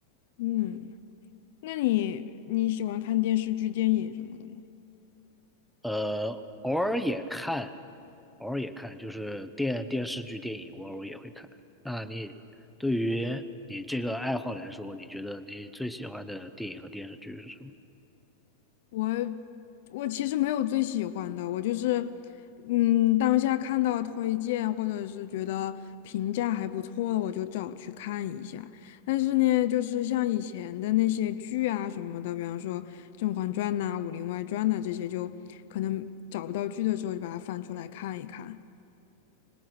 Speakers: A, on the left (about 50°); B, in the centre.
A: 嗯，那你你喜欢看电视剧、电影什么的吗？
B: 呃，偶尔也看，偶尔也看，就是电电视剧、电影，我偶尔也会看。那你对于你这个爱好来说，你觉得你最喜欢的电影和电视剧是什么？
A: 我我其实没有最喜欢的，我就是，嗯，当下看到推荐或者是觉得评价还不错的，我就找去看一下。但是呢，就是像以前的那些剧啊什么的，比方说《甄嬛传》呐、《武林外传》呐这些，就可能找不到剧的时候就把它翻出来看一看。